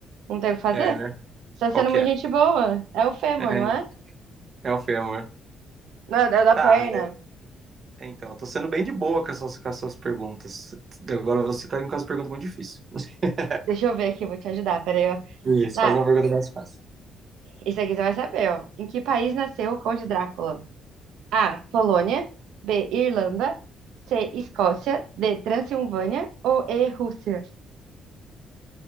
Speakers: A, on the right; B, on the right.
A: Não tem o que fazer?
B: É, né?
A: Você
B: Qual
A: tá sendo
B: que
A: uma
B: é?
A: gente boa. É o fêmur,
B: É,
A: não é?
B: é o fêmur.
A: Não, é o da perna.
B: Ah, É, então, eu tô sendo bem de boa com as suas, com as suas perguntas. Agora você tá indo com as perguntas muito difíceis. <laughs>
A: Deixa eu ver aqui, eu vou te ajudar. Peraí, ó.
B: Isso,
A: Ah,
B: faz uma pergunta mais fácil.
A: isso aqui você vai saber, ó. Em que país nasceu o Conde Drácula? A. Polônia. B. Irlanda. C. Escócia. D. Transilvânia. Ou E. Rússia?